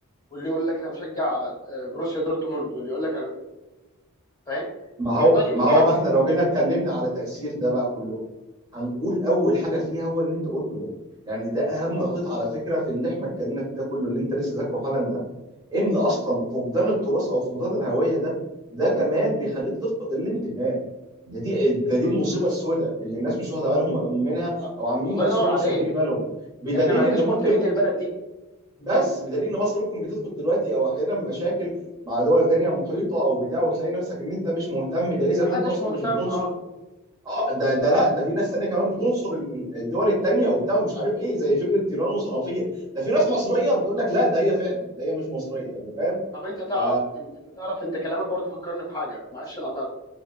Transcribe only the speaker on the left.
واللي يقول لك انا بشجع آه، بروسيا دورتموند واللي يقول لك انا فاهم
طيب
هو
اه
بالظبط
أ-
الله
ينور عليك
احنا ما عدناش
منتمين للبلد دي
ما حدش
مهتم
اه
طب انت تعرف
إن- انت تعرف انت كلامك برضو فكرني بحاجه معلش انا قطعتك